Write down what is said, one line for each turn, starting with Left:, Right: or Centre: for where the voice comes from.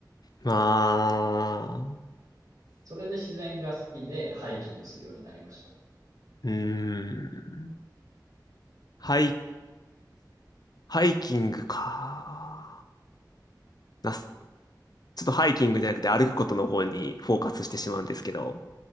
Left: まあ、
Right: それで自然が好きでハイキングするようになりました。
Left: うーん。ハイ、ハイキングか。なす、ちょっとハイキングじゃなくて歩くことの方にフォーカスしてしまうんですけど、
Right: と、